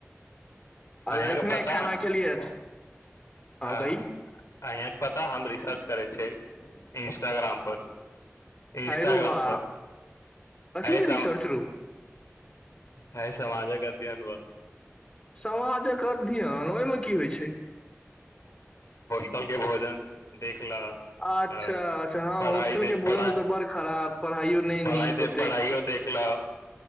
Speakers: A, on the left; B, on the left.
A: आब
B: अयहाँके
A: एखने
B: पता
A: खाना
B: अ
A: खेलियै हँ कही
B: अयहाँके पता हम रिसर्च करै छै इंस्टाग्राम पर इंस्टाग्राम
A: हाय रौ बा
B: पर
A: कथी
B: हय
A: के
B: सम
A: रिसर्च रौ
B: हय समाजक अध्ययन भ
A: समाजक अध्ययन ओहिमे की होइ छै
B: सब के भोजन देख ल
A: अच्छा
B: अ
A: अच्छा हँ
B: पढ़ाई
A: होॉस्टल
B: देख
A: के भोजन
B: पढ़ाई
A: तऽ बड़ खराब पढ़ाइयो नहि
B: पढ़ाई
A: नीक
B: देख
A: ओतेक
B: पढ़ाइयो देख ल